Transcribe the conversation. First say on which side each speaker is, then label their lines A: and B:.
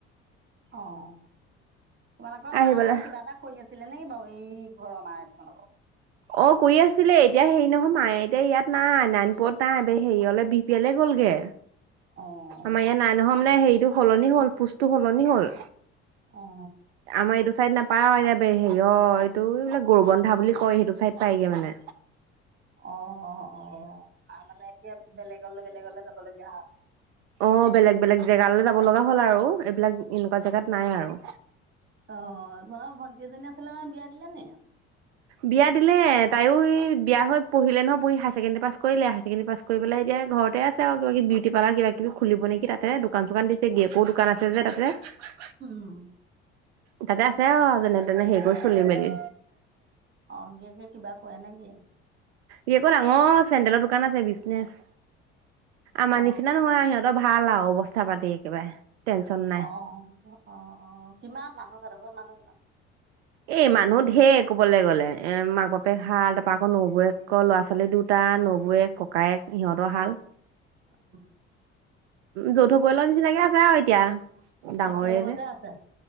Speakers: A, on the right; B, on the right.
A: অ'। তোমালোকৰ
B: আহিবলৈ
A: মায়ে কিবা এটা কৰি আছিলে নেকি বাৰু। এই ঘৰৰ মায়ে তোমালোকৰ
B: অ' কৰি আছিলে এতিয়া হেৰি নহয় মায়ে এতিয়া ইয়াত নাই নাৰায়ণপুৰত নাই হেৰিঅলে বিহপুৰীয়ালে গ'লগে।
A: অ',
B: আমাৰ ইয়াত নাই নহয়। তাৰমানে হেৰিটো সলনি হ'ল পোষ্টটো সলনি হ'ল।
A: অ'।
B: আমাৰ এইটো চাইড নাপাই <unintelligible> হেৰি অ' এইটো এই গৰুবন্ধা বুলি সেইটো চাইড পাইগে মানে।
A: অ অ তাৰমানে এতিয়া বেলেগলৈ বেলেগলৈ যাবলগীয়া হয়।
B: অ' বেলেগ বেলেগ জেগালৈ যাব লগা হ'ল আৰু এইবিলাক এনেকুৱা জেগাত নাই আৰু
A: অ' তোমালোকৰ ভণ্টি এজনী আছে বিয়া দিলেনে নাই?
B: বিয়া দিলে তাইয়ো এই বিয়া হৈ পঢ়িলে নহয় পঢ়ি হাই ছেকেন্ডৰী পাছ কৰিলে হাই ছেকেন্ডৰী পাছ কৰি পেলাই এতিয়া ঘৰতে আছে আৰু কিবা কিবি বিউটি পাৰ্লাৰ কিবা কিবি খুলিব নেকি তাতে দোকান চোকান দিছে গিৰিয়েকৰো দোকান আছে যে তাতে।
A: উম।
B: তাতে আছে অ যেনে তেনে সেই কৰি চলি মেলি।
A: অ' গিৰিয়েকে কিবা কৰে নে কি?
B: ই আকৌ ডাঙৰ চেনদেলৰ দোকান আছে বিজনেচ। আমাৰ
A: অ
B: নিচিনা নহয় সিহঁতৰ ভাল আৰু। অৱস্থা পাতি একেবাৰে। টেনচন নাই
A: অ- অ- অ- অ কিমান মানুহ সিহঁতৰ ঘৰত মানুহ কিমান?
B: এ মানুহ ধেৰ ক'বলৈ গ'লে এ মাক বাপেক হাল, তাৰপৰা আকৌ নবৌৱেক ল'ৰা ছোৱালী দুটা নবৌৱেক ককায়েক সিহঁতৰ হাল।
A: <inaudible>
B: যৌথ পৰিয়ালৰ নিচিনাকে আছে আৰু এতিয়া ডাঙৰে
A: একেলগতে
B: যে
A: আছে।